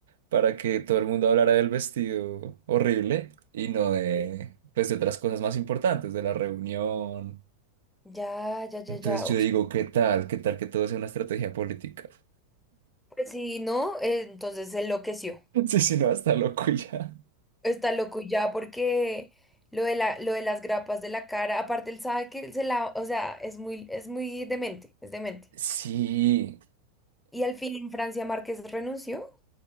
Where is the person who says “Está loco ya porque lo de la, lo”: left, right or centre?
Centre